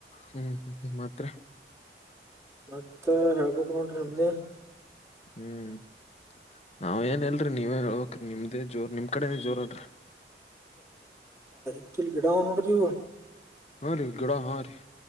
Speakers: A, on the left; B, on the right.
A: ಹ್ಮ್, ಹ್ಮ್, ಮಾಡು. <inaudible>
B: ಮತ್ತ, ಹೇಳ್ಬೇಕು, ಕನೂರಿ, ಹಾಂಗೆ? <unintelligible>
A: ಹ್ಮ್. <inaudible> ನಾವ್, ಏನ್ ಇಲ್ರಿ, ನೀವೇ, ಹೇಳುಬೇಕೂರಿ, ನಿಮ್ಧೆ, ಜೋರ್! ನಿಮ್ ಕಡೆನ ಜೋರ ಅಲ್ರರಿ. <inaudible>
B: ಇಲ್ಲಿ, ಗಿಡ, ಅವಧೇ, ನೋಡ್ರಿ ಇವು. <inaudible>
A: ಹೂ, ಗಿಡ, ಹರಿ. <inaudible>